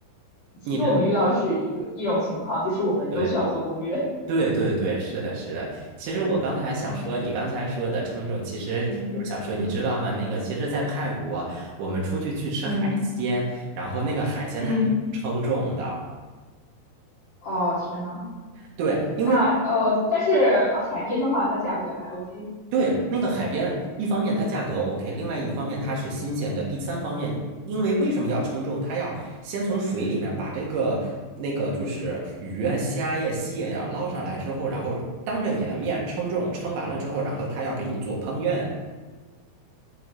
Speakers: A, on the left; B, on the right.
A: 其实我们遇到的是一个一种情况，
B: 你知
A: 就是我们都需要做攻略。
B: 对。对对对，
A: <laughs>
B: 是的，是的。其实我刚才想说，
A: 对，嗯
B: 你刚才说的称重，其实就是想说，
A: 嗯
B: 你知道吗？那个，其实，在泰国，我们出去去吃海鲜，
A: 嗯
B: 然后那个海鲜它也是称重的。
A: 嗯，哦天呐，
B: 对，因为
A: 那呃，但是海边的话，它价格还 OK。
B: 对那个海边，一方面它价格
A: 嗯，
B: OK，另外一方面它是新鲜的，第三方面，因为为什么要称重？它要先从水里面把这个那个就是鱼啊、虾呀、蟹呀捞上来之后，然后当着你的面称重，称完了之后，然后他要给你做烹饪。